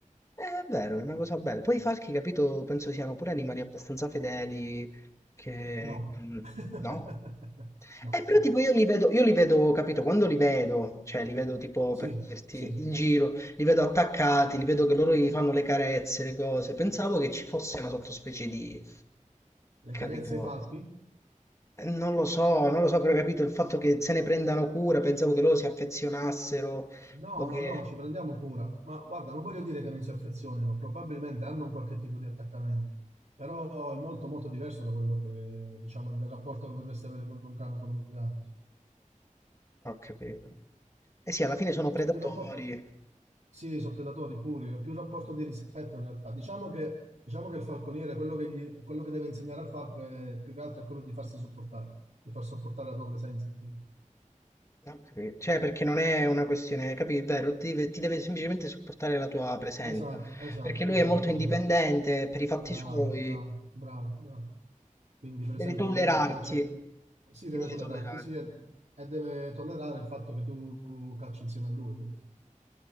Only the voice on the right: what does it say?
No.
<laughs>
No.
Sì,
sì,
le
carezze ai falchi?
No,
no, no, ci prendiamo cura. Ma guarda, non voglio dire che non si affezionino, probabilmente hanno un qualche tipo di attaccamento, però è molto molto diverso da quello che, diciamo, del rapporto che potresti avere con un cane o con un gatto.
Più rapporto... Sì, sono predatori puri, è più rapporto di rispetto in realtà. Diciamo che, diciamo che il falconiere, quello che, gli- quello che deve insegnare al falco è più che altro è quello di farsi sopportare, di far sopportare la tua presenza. capito?
Esatto, esatto,
esatto,
quello.
Bravo,
bravo, bravo, bravo. Quindi, per esempio,
quando vai a caccia, sì,
deve
tollerarti,
sì, e, e deve tollerare il fatto che tu cacci insieme a lui, capito?